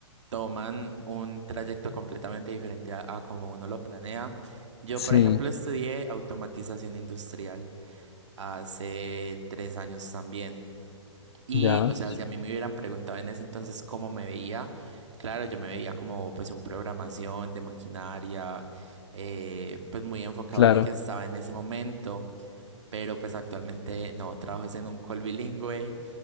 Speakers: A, on the right (about 70°); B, on the left (about 55°).
A: toman un trayecto completamente diferente a, a como uno lo planea. Yo,
B: Sí,
A: por ejemplo, estudié automatización industrial hace tres años también. Y,
B: ya,
A: o sea, si a mí me hubieran preguntado en ese entonces cómo me veía, claro, yo me veía como pues un programación de maquinaria, eh, pues muy enfocado
B: claro.
A: a lo que estaba en ese momento. Pero pues actualmente no, trabajo es en un call bilingüe